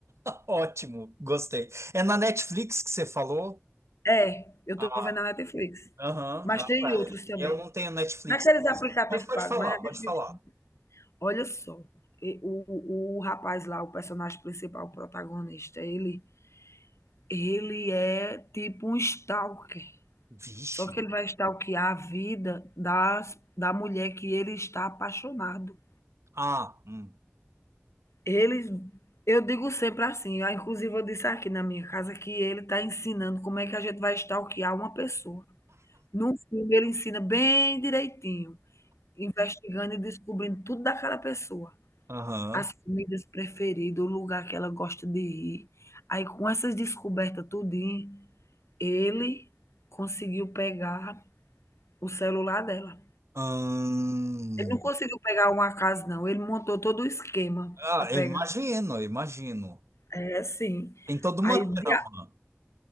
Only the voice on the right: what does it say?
Ótimo, gostei. É na Netflix que você falou?
Ah,
aham.
ah,
tá.
Eu não tenho Netflix.
não.
Mas pode
falar,
pode
falar.
Vixe.
Ah, hum.
Aham.
Hum.
Ah,
eu imagino, eu imagino.
Tem toda uma
trama.